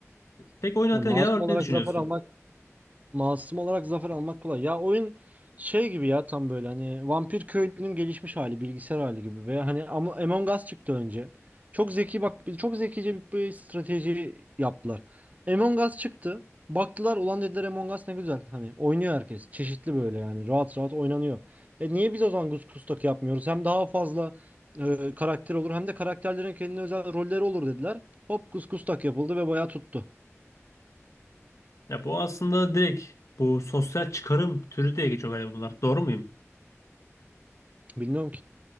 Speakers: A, on the left; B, on the right.
A: Peki oyun hakkında
B: Yani masum
A: genel olarak
B: olarak
A: ne düşünüyorsun?
B: zafer almak Masum olarak zafer almak kolay. Ya oyun şey gibi ya tam böyle hani Vampir Köylü'nün gelişmiş hali, bilgisayar hali gibi ve hani Am- Among Us çıktı önce. Çok zeki bak çok zekice bir, bir strateji yaptılar. Among Us çıktı. Baktılar ulan dediler Among Us ne güzel. Hani oynuyor herkes. Çeşitli böyle yani rahat rahat oynanıyor. E niye biz o zaman Kustak yapmıyoruz? Hem daha fazla e, karakter olur hem de karakterlerin kendine özel rolleri olur dediler. Hop Kustak yapıldı ve bayağı tuttu.
A: Ya bu aslında direkt bu sosyal çıkarım türü diye geçiyor galiba bunlar. Doğru muyum?
B: Bilmiyorum